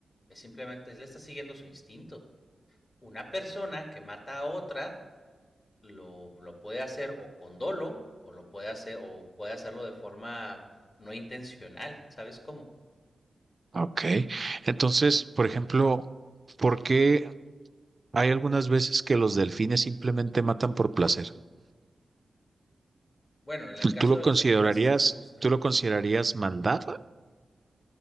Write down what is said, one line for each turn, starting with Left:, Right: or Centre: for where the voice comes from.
Left: Es simplemente, le está siguiendo su instinto. Una persona que mata a otra lo, lo puede hacer o con dolo o lo puede hacer o puede hacerlo de forma no intencional, ¿sabes cómo?
Right: Ok. Entonces, por ejemplo, ¿por qué hay algunas veces que los delfines simplemente matan por placer?
Left: Bueno, en el caso
Right: ¿Tú lo
Left: de
Right: considerarías,
Left: los delfines está demostrado.
Right: tú lo considerarías maldad?